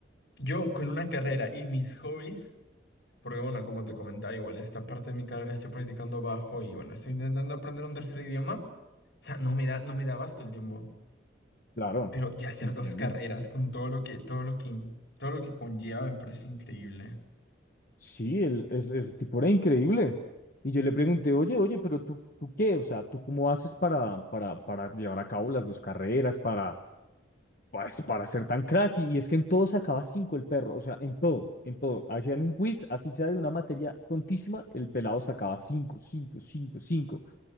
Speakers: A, on the left; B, on the left.
A: yo con una carrera y mis hobbies, porque bueno, como te comentaba, igual esta parte de mi carrera estoy practicando bajo y bueno, estoy intentando aprender un tercer idioma. O sea, no me da, no me da abasto el tiempo.
B: Claro,
A: Pero ya hacer
B: entiendo.
A: dos carreras con todo lo que, todo lo que, todo lo que conlleva me parece increíble.
B: Sí, el, es, ese tipo era increíble. Y yo le pregunté, oye, oye, pero tú, ¿tú qué? O sea, ¿tú cómo haces para, para, para llevar a cabo las dos carreras, para, pues, para ser tan crack? Y, y es que en todo sacaba cinco el perro, o sea, en todo, en todo. Hacían un quiz, así sea de una materia tontísima, el pelado sacaba cinco, cinco, cinco, cinco.